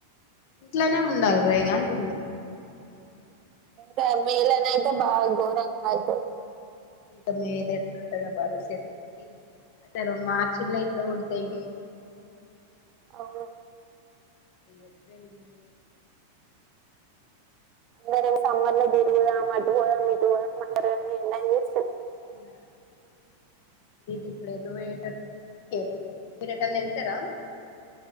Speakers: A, on the left; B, on the right.
A: ఇంట్లోనే ఉండాల రా ఇగ అంటున్నా
B: మే నేలనయితే బా గోరంగా అయితది.
A: ఇంకా మే లా ఎట్లుంటందో పరిస్థితి సర మార్చ్ లానే ఇట్ల కోడ్ ఏంటి
B: అవును
A: ఏప్రిల్ మే
B: అందరూ ఏమో సమ్మర్ లో తిరుగుదామ్ అట్ పోదాం ఇటు పోదాం అందరు కలిసి
A: ఆహా ఇప్పుడు ఎటు పోయేటట్టుంది ఎటు లేదు మీరు ఎటైనా వెళ్తారా